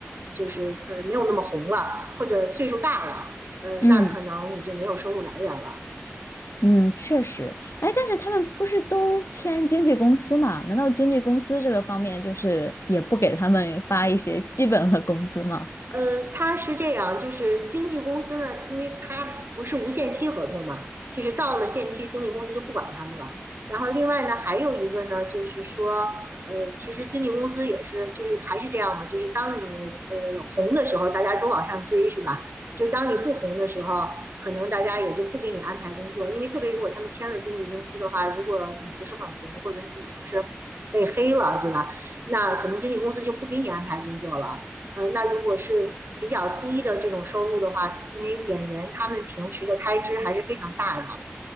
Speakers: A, on the right (about 55°); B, on the left (about 75°).
A: 就是呃没有那么红了，或者岁数大了，呃那可能你就没有收入来源了。
B: 嗯。嗯，确实，哎，但是他们不是都签经纪公司嘛？难道经纪公司这个方面就是也不给他们发一些基本的工资吗？
A: 呃，他是这样，就是经纪公司呢，因为他不是无限期合同嘛，就是到了限期，经纪公司就不管他们了。然后另外呢，还有一个呢，就是说，呃，其实经纪公司也是，就是还是这样嘛，就是当你呃红的时候，大家都往上追，是吧？就是当你不红的时候，可能大家也就不给你安排工作，因为特别如果他们签了经纪公司的话，如果你不是很红，或者你已经是被黑了，对吧？那可能经纪公司就不给你安排工作了。呃，那如果是比较低的这种收入的话，因为演员他们平时的开支还是非常大的，